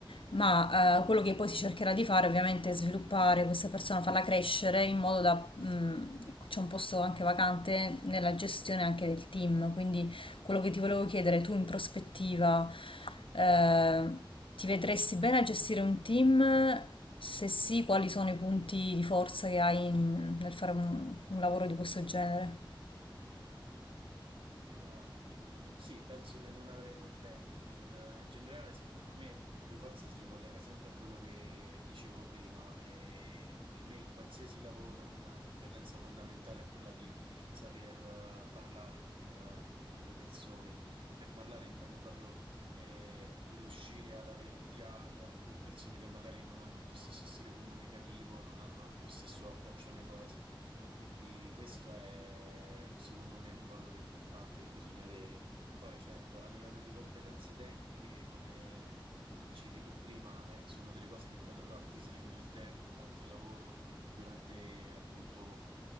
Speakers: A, on the left; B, on the right.
A: ma eh, quello che poi si cercherà di fare ovviamente è sviluppare questa persona, farla crescere in modo da... mh, c'è un posto anche vacante nella gestione anche del team, quindi quello che ti volevo chiedere, tu in prospettiva, eh, ti vedresti bene a gestire un team? Se sì, quali sono i punti di forza che hai in- nel fare un, un lavoro di questo genere?
B: Allora, mh, sì, penso che non avrei problemi. In, eh, generale, secondo me, il punto di forza si ricollega sempre a quello che dicevo prima. E per me, in qualsiasi lavoro, una competenza fondamentale è quella di saper, eh, parlare con, eh, con le persone. E per parlare intendo proprio, eh, riuscire ad avere un dialogo anche con persone che magari non hanno il tuo stesso stile comunicativo, non hanno il tuo stesso approccio alle cose. Quindi questo è secondo me un valore importante che bisogna avere. Poi certo, a livello di competenze tecniche, come mi dicevi tu prima, eh, sono delle cose che poi dovrò acquisire con il tempo, durante il lavoro, durante appunto